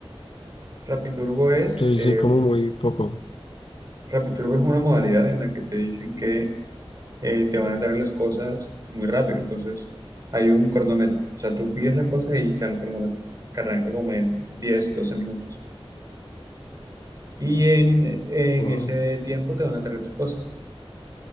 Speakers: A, on the right (about 35°); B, on the left (about 60°).
A: Rapid Turbo es...
B: soy,
A: eh,
B: soy como muy poco.
A: Rapid Turbo es una modalidad en la que te dicen que eh, te van a traer las cosas muy rápido. Entonces, hay un cronómetro. O sea, tú pides las cosas y sale un cronómetro que arranca como en 10 12 minutos. Y en, en
B: Wow.
A: ese tiempo te van a traer tus cosas.